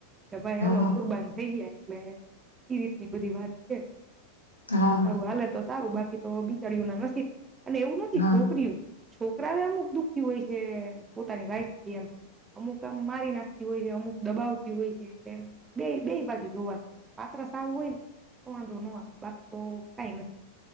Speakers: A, on the right (about 15°); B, on the left (about 80°).
A: કે ભાઈ હાલો
B: હા
A: કુરબાન થઇ ગયા, એટલે ઈ રીતની બધી વાત છે.
B: હા
A: સારું હાલે તો સારું, બાકી તો બિચારીઓના નસીબ, પણ એવું નથી
B: હા
A: છોકરીયું છોકરાવ એ અમુક દુઃખી હોય છે પોતાની વાઈફ થી એમ. અમુક આમ મારી નાખતી હોય હે, અમુક દબાવતી હોય છે એટલે એમ બેય-બેય બાજુ જોવાનું છે, પાત્ર સારું હોય ને તો વાંધો ન આવે, બાકી તો કાંઈ નથ